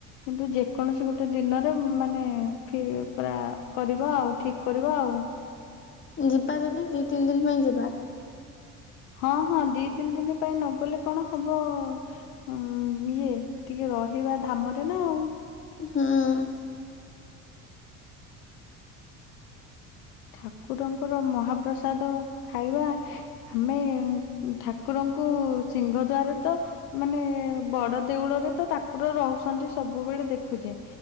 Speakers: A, on the left; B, on the left.
A: କିନ୍ତୁ ଯେକୌଣସି ଗୋଟେ ଦିନରେ ମାନେ ପା କରିବା ଆଉ ଠିକ କରିବା ଆଉ
B: ଯିବା ଯଦି ଦି ତିନି ଦିନ ପାଇଁ ଯିବା?
A: ହଁ ହଁ ଦି ତିନି ଦିନ ପାଇଁ ନଗଲେ କଣ ହବ ହଁ ଇଏ ଟିକେ ରହିବା ଧାମରେ ନା ଆଉ
B: ହଁ।
A: ଠାକୁରଙ୍କର ମହାପ୍ରସାଦ ଖାଇବା ଆମେ ଠାକୁରଙ୍କୁ ସିଂହଦ୍ଵାରରେ ତ ମାନେ ବଡ ଦେଉଳରେ ତ ତାକୁର ରହୁଛନ୍ତି ସବୁବେଳେ ଦେଖୁଚେ।